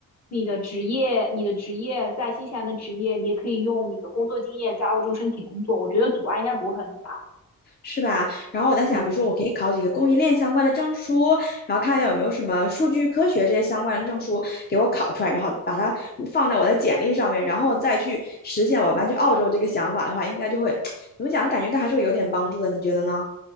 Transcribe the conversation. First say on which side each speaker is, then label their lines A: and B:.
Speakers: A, on the left; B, on the left.
A: 你的职业，你的职业在新西兰的职业，你也可以用你的工作经验在澳洲申请工作，我觉得阻碍应该不会很大。
B: 是吧？然后我在想，
A: 嗯。
B: 比如说我可以考几个供应链相关的证书，然后看一下有没有什么数据科学这些相关的证书给我考出来，然后把它放在我的简历上面，然后再去实现我搬去澳洲这个想法的话，应该就会 <tsk> 怎么讲呢？感觉应该还是会有点帮助的，你觉得呢？